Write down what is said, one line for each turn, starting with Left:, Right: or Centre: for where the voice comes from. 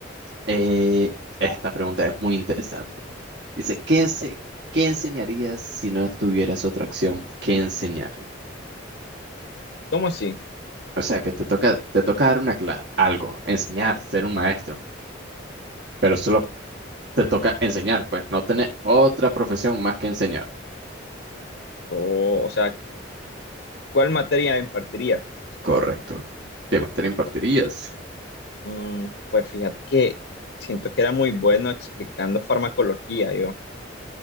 Right: eh, esta pregunta es muy interesante. Dice, ¿qué, ense- qué enseñarías si no tuvieras otra acción que enseñar?
Left: ¿Cómo así?
Right: O sea, que te toca, te toca dar una clase, algo, enseñar, ser un maestro, pero solo te toca enseñar, pues no tener otra profesión más que enseñar.
Left: O, o sea, ¿cuál materia impartiría?
Right: Correcto. ¿Qué materia impartirías?
Left: Mm, pues fíjate que siento que era muy bueno explicando farmacología, yo. O